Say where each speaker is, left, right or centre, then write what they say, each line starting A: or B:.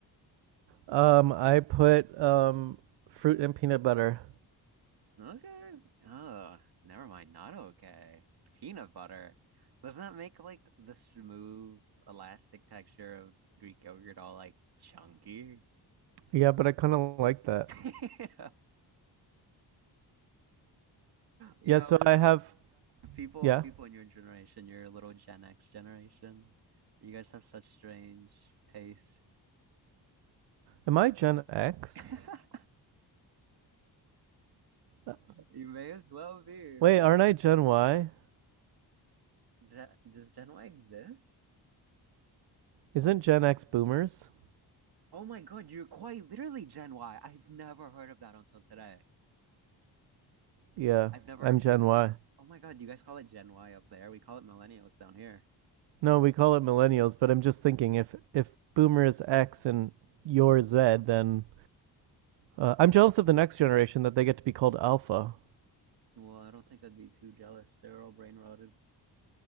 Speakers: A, on the right (about 80°); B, on the right (about 60°).
A: Um, I put um fruit and peanut butter.
B: Okay. Oh, never mind. Not okay. Peanut butter. Doesn't that make like the smooth, elastic texture of Greek yogurt all like chunky?
A: Yeah, but I kind of like that.
B: <laughs> You
A: Yeah,
B: know,
A: so I have.
B: People,
A: Yeah,
B: people in your generation, your little Gen X generation, you guys have such strange tastes.
A: am I Gen X?
B: <laughs>
A: Uh,
B: You may as well be.
A: Wait, aren't I Gen Y?
B: Gen- Does Gen Y exist?
A: Isn't Gen X boomers?
B: Oh my God, you're quite literally Gen Y. I've never heard of that until today.
A: Yeah,
B: I've never.
A: I'm
B: heard.
A: Gen Y.
B: Oh my God, you guys call it Gen Y up there. We call it millennials down here.
A: No, we call it millennials, but I'm just thinking if if boomer is X and you're Z, then uh, I'm jealous of the next generation that they get to be called alpha.
B: Well, I don't think I'd be too jealous. They're all brain rotted.